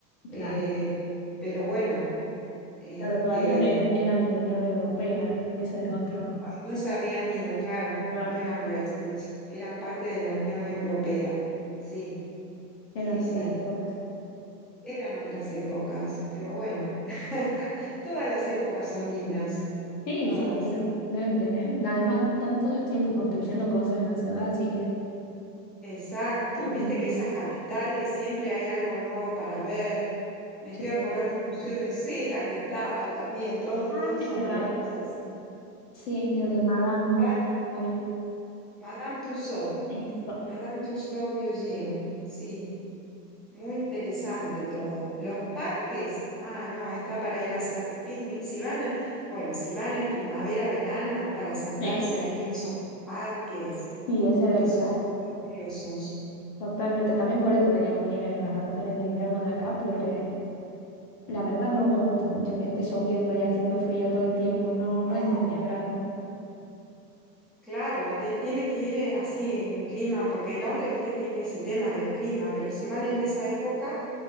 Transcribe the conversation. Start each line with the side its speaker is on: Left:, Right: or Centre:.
Centre: Eh,
Left: Claro,
Centre: pero bueno, este,
Left: claro, todavía no era- eran Unión Europea, eso es otro,
Centre: ah, no se habían ido, claro,
Left: Claro.
Centre: no eran Brexit, eran parte de la Unión Europea. Sí,
Left: eran
Centre: sí, sí,
Left: otras épocas.
Centre: eran otras épocas, pero bueno, <laughs> todas las épocas son lindas,
Left: Sí,
Centre: todas.
Left: seguro, deben tener. Además, tanto el tiempo construyendo cosas en la ciudad, así que
Centre: Exacto,
Left: muy lindo.
Centre: viste que esas capitales siempre hay algo nuevo para ver. Me estoy
Left: Sí.
Centre: acordando del Museo de Cera que estaba también, todo,
Left: Ah,
Centre: todos
Left: es
Centre: esos
Left: verdad.
Centre: lugares así.
Left: Sí, el de Madame
Centre: Tan-
Left: algo.
Centre: Madame Tussauds,
Left: Eso.
Centre: Madame Tussauds Museum, sí, muy interesante todo. Los parques, ah, no, está para ir a hacer picnic. Si van, bueno, si van en primavera, verano, es para sentarse
Left: Sí,
Centre: ahí en esos parques
Left: sí, ese era
Centre: que
Left: el
Centre: son
Left: plan.
Centre: fabulosos.
Left: Totalmente, también por eso queríamos ir en las vacaciones de invierno de acá, porque la verdad no me gusta mucho que esté lloviendo y haciendo frío todo el tiempo, no, no
Centre: Ah,
Left: es de mi agrado.
Centre: claro, te- tienen que ir eh, así en clima, porque Londres, viste, tiene ese tema del clima, pero si van en esa época,